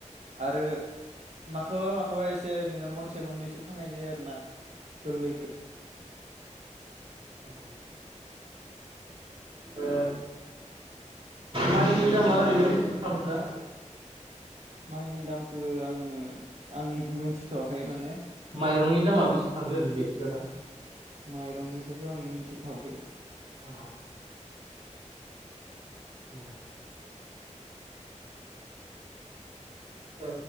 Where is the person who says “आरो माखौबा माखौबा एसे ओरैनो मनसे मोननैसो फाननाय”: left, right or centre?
Right